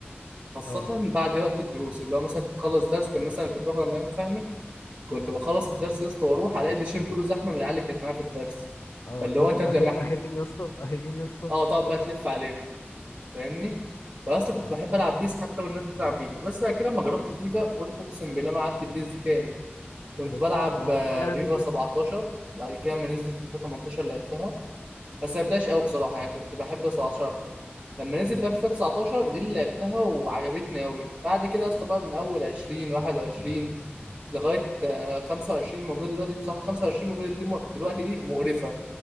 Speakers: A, on the right; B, on the left.
A: خاصة
B: اه
A: بعد وقت الدروس اللي هو مثلا تتخلص درس كان مثلا كنت باخد عند نايم فهمي كنت بخلص الدرس يا اسطى واروح الاقي الدشين كله زحمة من العيال اللي كانت معايا في الدرس
B: اه
A: فاللي
B: تقعد
A: هو انت
B: اخر
A: بتبقى مح...
B: اخر جيم يا اسطى اخر جيم يا اسطى
A: اه تقعد بقى تلف عليهم فاهمني فاصلا كنت
B: اه
A: بحب العب بيس حتى والناس بتلعب فيفا بس بعد كده لما جربت فيفا قلت اقسم بالله ما قعدت بيس دي تاني كنت
B: بالظبط
A: بلعب
B: ما هو
A: آه،
B: اي حد
A: فيفا
B: كده
A: 17 بعد كده لما نزلت فيفا 18 لعبتها ما لعبتهاش قوي بصراحه يعني كنت بحب 17 اكتر لما نزل بقى فيفا 19 دي اللي لعبتها وعجبتني قوي بعد كده يا اسطى بقى من اول 20 21 لغايه آه، 25 موجوده دلوقتي دي بصراحه 25 موجوده دي م- دلوقتي دي مقرفه